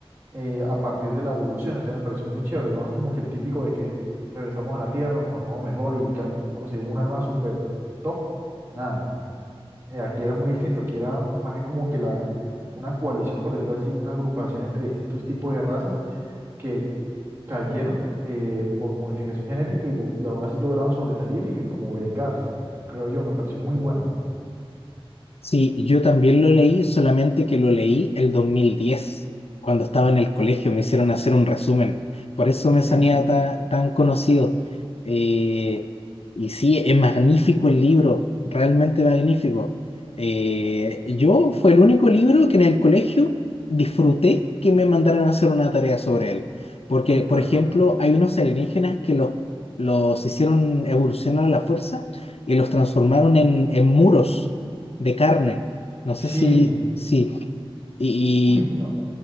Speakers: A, on the right; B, on the left.
A: eh, a partir de la evolución. Entonces me pareció muy chévere. No es como que el típico de que regresamos a la Tierra, nos armamos mejor y ca- conseguimos un arma súper top. Nada. Eh, aquí era muy distinto. Aquí era más bien como que la, una coalición, por decirlo así, una agrupación entre distintos tipos de razas que cayeron eh, por modificación genética y, gu- y aún así lograron sobresalir y como vengarse. Creo yo, me pareció muy bueno.
B: Sí, yo también lo leí, solamente que lo leí el 2010 cuando estaba en el colegio, me hicieron hacer un resumen. Por eso me
A: ¿Sí?
B: sonía ta- tan conocido. Eh, y sí, es magnífico el libro, realmente magnífico. Eh, yo fue el único libro que en el colegio disfruté que me mandaran a hacer una tarea sobre él. Porque,
A: Uy,
B: por
A: claro.
B: ejemplo, hay unos alienígenas que los, los hicieron evolucionar a la fuerza y los transformaron en en muros de carne. No sé
A: Sí.
B: si, sí. Y,
A: Uy, no.